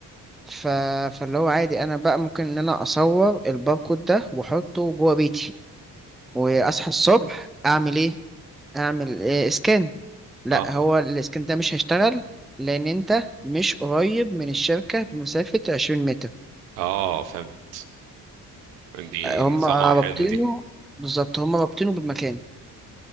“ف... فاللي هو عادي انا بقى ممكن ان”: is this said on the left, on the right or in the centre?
Centre